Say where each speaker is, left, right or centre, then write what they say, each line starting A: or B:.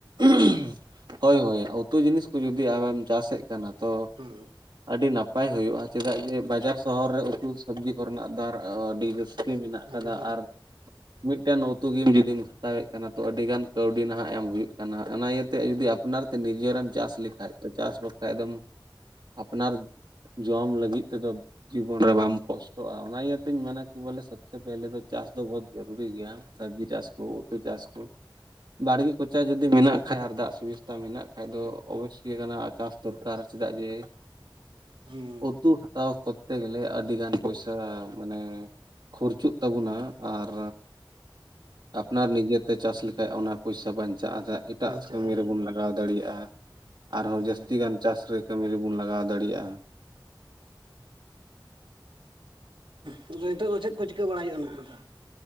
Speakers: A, on the right (about 60°); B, on the right (about 75°).
A: ᱩᱸᱦᱻᱩᱸᱦᱳᱭ ᱦᱳᱭ ᱩᱛᱩ ᱡᱤᱱᱤᱥ ᱠᱚ ᱡᱩᱫᱤ ᱟᱢᱮᱢ ᱪᱟᱥᱮᱫ ᱠᱟᱱᱟ ᱛᱚ
B: ᱩᱸᱼ
A: ᱟᱹᱰᱤ ᱱᱟᱯᱟᱭ ᱦᱩᱭᱩᱜᱼᱟ ᱪᱮᱫᱟᱜ ᱡᱮ ᱵᱟᱡᱟᱨ ᱥᱚᱦᱚᱨ ᱨᱮ ᱩᱛᱩ ᱥᱚᱵᱡᱤ ᱠᱚᱨᱮᱱᱟᱜ ᱫᱟᱨ ᱟᱹᱰᱤ ᱟᱰᱤ ᱢᱮᱱᱟᱜ ᱟᱠᱟᱫᱟ
B: ᱵᱷᱟᱜᱮ
A: ᱟᱨ ᱢᱤᱫᱴᱮᱱ ᱩᱛᱩ ᱜᱮᱢ ᱡᱩᱫᱤᱢ ᱦᱟᱛᱟᱣᱮᱫ ᱠᱟᱱᱟ ᱛᱚ ᱟᱹᱰᱤᱜᱟᱱ ᱠᱟᱹᱣᱰᱤ ᱱᱟᱜ ᱮᱢ ᱦᱩᱭᱩᱜ ᱠᱟᱱᱟ ᱚᱱᱟ ᱤᱭᱟᱹᱛᱮ ᱡᱩᱫᱤ ᱟᱯᱱᱟᱨ ᱛᱮ ᱱᱤᱡᱮᱨᱮᱢ ᱪᱟᱥ ᱞᱮᱠᱷᱟᱡ ᱪᱟᱥ ᱵᱟᱠᱷᱟᱡ ᱫᱚᱢ ᱟᱯᱱᱟᱨ ᱡᱚᱢ ᱞᱟᱹᱜᱤᱫ ᱛᱮᱫᱚ ᱡᱤᱵᱚᱱ ᱨᱮ ᱵᱟᱢ ᱠᱚᱥᱴᱚᱜᱼᱟ ᱚᱱᱟ ᱤᱭᱟᱹᱛᱮᱧ ᱢᱮᱱᱟ ᱠᱤ ᱵᱚᱞᱮ ᱚᱵ <unintelligible> ᱯᱮᱦᱞᱮ ᱫᱚ ᱪᱟᱥ ᱫᱚ ᱵᱚᱦᱩᱛ ᱡᱩᱨᱩᱨᱤ ᱜᱮᱭᱟ ᱥᱚᱵᱽᱡᱤ ᱪᱟᱥ ᱠᱚ ᱩᱛᱩ ᱪᱟᱥ ᱠᱟᱲᱜᱮ ᱠᱚ ᱪᱟ <unintelligible> ᱡᱩᱫᱤ ᱢᱮᱱᱟᱜ ᱠᱷᱟᱡ ᱟᱨ ᱫᱟᱜ ᱥᱩᱵᱤᱫᱷᱟ ᱢᱮᱱᱟᱜ ᱠᱷᱟ ᱫᱚ ᱚᱵᱚᱥᱥᱚᱭ ᱠᱟᱱᱟ ᱪᱟᱥ ᱫᱚᱨᱠᱟᱨ ᱪᱮᱫᱟᱜ ᱡᱮ
B: ᱦᱩᱸ
A: ᱩᱛᱩ ᱦᱟᱛᱟᱣ ᱠᱚᱨᱛᱮ ᱜᱮᱞᱮ ᱟᱹᱰᱤᱜᱟᱱ ᱯᱚᱭᱥᱟ ᱢᱟᱱᱮ ᱠᱷᱩᱨᱪᱩᱜ ᱛᱟᱵᱚᱱᱟ ᱟᱨ ᱟᱯᱱᱟᱨ ᱱᱤᱡᱮᱛᱮ ᱪᱟᱥ ᱞᱮᱠᱷᱟᱡ ᱚᱱᱟ ᱯᱚᱭᱥᱟ ᱵᱟᱧᱪᱟᱜᱼᱟ ᱮᱴᱟᱜ
B: ᱵᱟᱧᱪᱟᱜᱼᱟ
A: ᱠᱟᱹᱢᱤ ᱨᱮᱵᱚᱱ ᱞᱟᱜᱟᱜᱼᱟ ᱞᱟᱜᱟᱣ ᱫᱟᱲᱮᱭᱟᱜᱼᱟ ᱟᱨᱦᱚᱸ
B: ᱦᱩᱸ
A: ᱡᱟᱹᱥᱛᱤ ᱜᱟᱱ ᱪᱟᱥ ᱨᱮ ᱠᱟᱹᱢᱤ ᱨᱮᱵᱚᱱ ᱞᱟᱜᱟᱣ ᱫᱟᱲᱮᱭᱟᱜᱼᱟ
B: ᱦᱩᱸ ᱟᱫᱚ ᱱᱤᱛᱳᱜ ᱫᱚ ᱪᱮᱫ ᱠᱚ ᱪᱤᱠᱟᱹ ᱵᱟᱲᱟᱭᱼᱟ ᱱᱟᱜ ᱟᱫᱚ